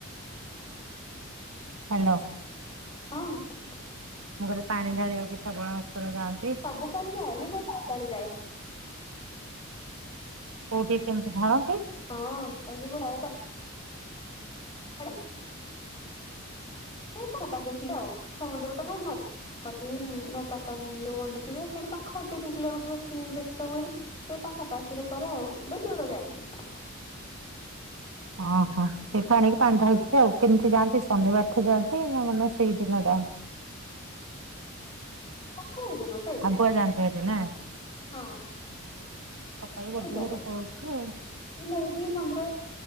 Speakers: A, on the right; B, on the left.
A: ହାଲୋ।
B: ହଁ।
A: ମୁଁ କହିଲି ପାଣି ଢାଳିବାକୁ ଶ୍ରାବଣ ମାସରେ ଯାଆନ୍ତି?
B: ସବୁ ପାଳି ଯାଏନି ଗୋଟାଏ ପାଳି ଯାଏ।
A: କଉଠି କେମିତି ଢାଳନ୍ତି?
B: ହଁ କହିଲି ଗୁଡାଏ <unintelligible> ମୁଁ ତ ଦେଖିକି ଆଉ ସମୁଦ୍ର ତ ନାହିଁ ନଇ। ଉଁ ପାପାକି ସେଇଠି ପାଖ ତିନି କିଲୋମିଟର ବେଶୀତ ହୁଏନି। ସେଇ ପାଖା ପାାଖିରେ କରେ ଆଉ ବେସି ଦୂର ଯାଇନି।
A: ଓହୋ ସେଇଠି ଆଣିକି ପାଣି ଢାଳିଥିବେ ଆଉ କେମିତି ଯାଆନ୍ତି ଶନିବାରଠୁ ଯାଆନ୍ତି ମାନେ ସେଇଦିନଟା
B: କୋଉ ଦିନ ସେଇଦିନ
A: ଆଗୁଆ ଯାଣିପାରୁଚୁ ନାଁ।
B: ହଁ
A: ସକାଳୁ ବଡି
B: ପୂଜା
A: ଭୋରୁ ପଳଉଛୁ ଆଉ।
B: ନେଇକି ମନ୍ଦିର